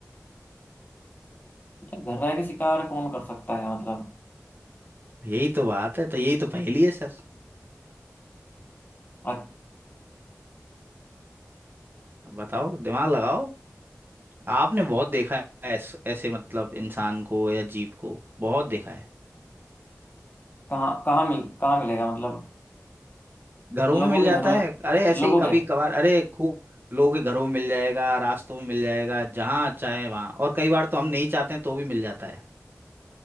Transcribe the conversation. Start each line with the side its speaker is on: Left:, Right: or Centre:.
Left: यार घर रह के शिकार कौन कर सकता है मतलब
Right: यही तो बात है तो यही तो पहेली है सर
Left: अच्छा
Right: बताओ दिमाग लगाओ आपने बहुत देखा है ऐस- ऐसे मतलब इंसान को या जीव को बहुत देखा है
Left: कहाँ कहाँ मिल कहाँ मिलेगा मतलब
Right: घरों
Left: लोगों
Right: में मिल
Left: के
Right: जाता
Left: घर में
Right: है अरे ऐसे
Left: लोगों
Right: ही कभी
Left: के
Right: कभार अरे खूब लोगों के घरों में मिल जाएगा रास्तों में मिल जाएगा जहाँ चाहे वहाँ और कई बार तो हम नहीं चाहते हैं तो भी मिल जाता है